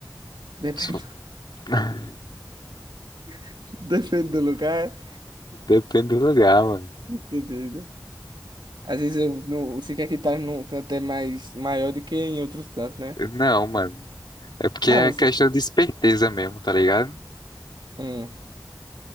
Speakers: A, on the right (about 80°); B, on the left (about 75°).
A: Depende,
B: Se for- <laughs>
A: <laughs> depende do lugar.
B: Depende do lugar, mano.
A: Entendeu? Às vezes eu não, você quer que tá num canto é mais maior do que em outros cantos, né?
B: Não, mano. É porque
A: Não,
B: é
A: você.
B: questão de esperteza mesmo, tá ligado?
A: Hum.